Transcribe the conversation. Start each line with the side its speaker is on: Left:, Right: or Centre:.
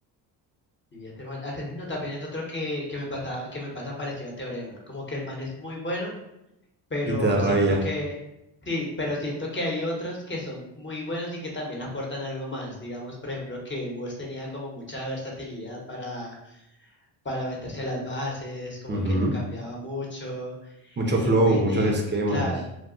Left: Y ese man, Asesino también es otro que, que me pasa, que me pasa parecido a Teorema. Como que el man es muy bueno, pero
Right: Y te da rabia.
Left: siento que, sí, pero siento que hay otros que son muy buenos y que también aportan algo más. Digamos, por ejemplo, que Woz tenía como mucha versatilidad para, para meterse a las bases, como
Right: Ujú.
Left: que lo cambiaba mucho.
Right: Mucho
Left: Eh,
Right: flow,
Left: Bennett,
Right: muchos esquemas.
Left: claro,